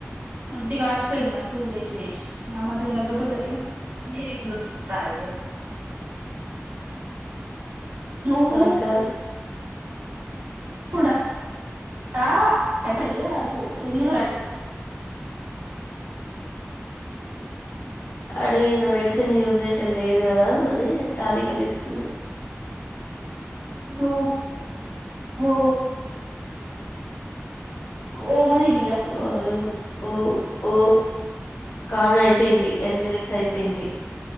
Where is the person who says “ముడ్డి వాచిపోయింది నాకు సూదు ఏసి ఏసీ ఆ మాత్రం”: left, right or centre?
Right